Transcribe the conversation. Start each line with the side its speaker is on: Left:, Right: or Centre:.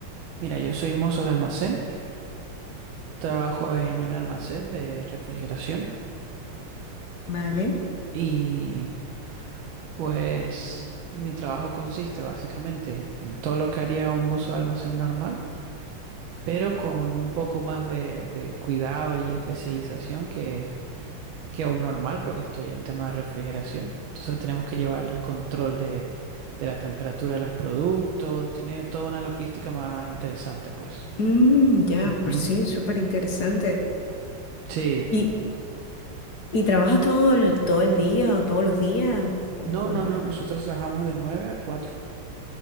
Right: Mira, yo soy mozo de almacén, trabajo en un almacén de refrigeración
Left: Vale.
Right: y pues mi trabajo consiste básicamente en, en todo lo que haría un mozo de almacén normal pero con un poco más de, de cuidado y especialización que, que un normal, porque estoy en temas de refrigeración. Entonces tenemos que llevar el control de, de la temperatura de los productos, tiene toda una logística más interesante, pues.
Left: Mm, ya,
Right: Ujú.
Left: pero sí, súper interesante.
Right: Sí.
Left: ¿Y, y trabajas todo el, todo el día o todos los días? ¿O
Right: No,
Left: cómo?
Right: no, no, nosotros trabajamos de 9 a cuatro